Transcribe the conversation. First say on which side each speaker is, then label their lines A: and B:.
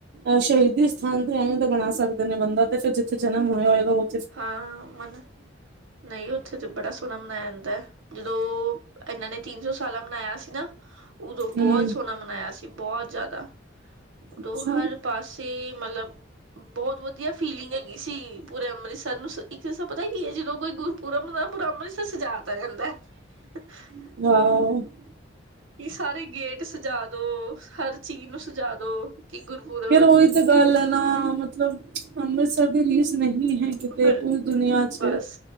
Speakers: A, on the right (about 60°); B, on the right (about 80°).
A: ਅ ਸ਼ਹੀਦੀ ਸਥਾਨ ਤੇ ਐਵੇਂ ਦਾ ਬਣਾ ਸਕਦੇ ਨੇ ਬੰਦਾ ਤੇ ਫਿਰ ਜਿੱਥੇ ਜਨਮ ਹੋਇਆ ਹੋਏਗਾ ਉਹ
B: ਹਾਂ ਮਨ ਨਹੀਂ ਉੱਥੇ ਤੇ ਬੜਾ ਸੋਹਣਾ ਮਨਾਇਆ ਜਾਂਦਾ। ਜਦੋਂ ਇਹਨਾਂ ਨੇ ਤਿੰਨ ਸੌ ਸਾਲਾਂ ਮਨਾਇਆ ਸੀ ਨਾ ਉਦੋਂ
A: ਹਮ
B: ਬਹੁਤ ਸੋਹਣਾ ਮਨਾਇਆ ਸੀ। ਬਹੁਤ ਜ਼ਿਆਦਾ ਉਦੋਂ
A: ਅੱਛਾ
B: ਹਰ ਪਾਸੀ ਮਤਲਬ ਬਹੁਤ ਵਧੀਆ ਫੀਲਿੰਗ ਹੈਗੀ ਸੀ ਪੂਰੇ ਅੰਮ੍ਰਿਤਸਰ ਨੂੰ ਇੱਕ ਪਤਾ ਕੀ ਹੈ ਜਦੋਂ ਕੋਈ ਗੁਰਪੁਰਬ ਪੂਰਾ ਅੰਮ੍ਰਿਤਸਰ ਸਜਾ ਦਿਤਾ ਜਾਂਦਾ। <unintelligible>
A: ਹਾਂ
B: ਕੀ ਸਾਰੇ ਗੇਟ ਸਜਾ ਦੋ ਹਰ ਚੀਜ਼ ਨੂੰ ਸਜਾ ਦੋ। ਕਿ ਗੁਰੁਪੁਰਬ
A: ਫੇਰ ਉਹੀ ਤੇ ਗੱਲ ਹੈ ਨਾ ਮਤਲਬ ਅੰਮ੍ਰਿਤਸਰ ਦੀ ਰੀਸ ਨਹੀਂ ਹੈ ਕਿਤੇ
B: ਫਿਰ
A: ਪੂਰੀ ਦੁਨੀਆਂ ਚ
B: ਬਸ